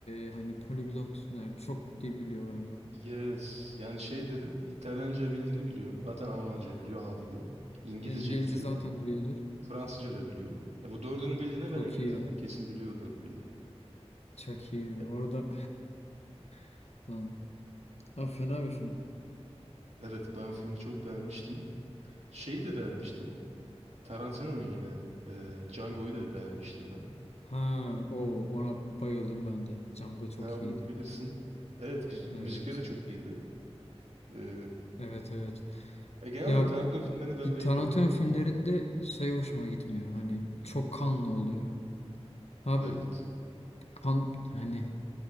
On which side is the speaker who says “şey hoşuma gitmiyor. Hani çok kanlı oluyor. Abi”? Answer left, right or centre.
Left